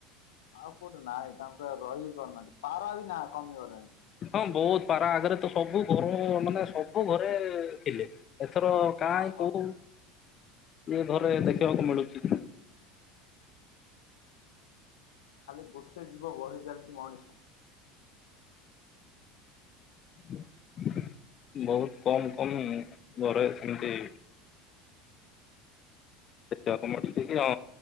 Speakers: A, on the left (about 90°); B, on the left (about 40°).
A: ଆଉ କୋଉଠି ନାହିଁ ତାଙ୍କୁ ରହି ବିି ପାରୁନାହାନ୍ତି ପାରା ବି ନାଁ କମିଗଲେଣି।
B: ହଁ ବହୁତ ପାରା ଆଗରେ ତ ସବୁ ଘର ମାନେ ସବୁ ଘରେ ଥିଲେ। ଏଥର କାହି
A: ହଁ ସବୁ
B: କହୁ ଏ ଘରେ ଦେଖିବାକୁ ମିଳୁଛି।
A: ଖାଲି ଗୋଟେ ଜୀବ ବଢି ଚାଲିଛି ମଣିଷ
B: ବହୁତ କମ୍ କମ୍ ଘରେ ସେମିତି। <unintelligible> ହଁ